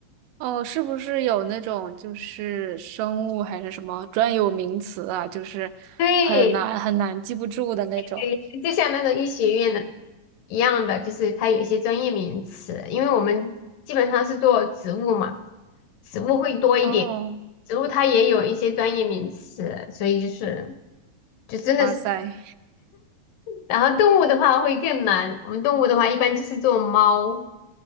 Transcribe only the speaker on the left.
对对，就像那种医学院的。一样的，就是它有一些专业名词，因为我们基本上是做植物嘛，植物会多一点，
植物它也有一些专业名词，所以就是就真的是，
然后动物的话会更难，我们动物的话一般就是做猫，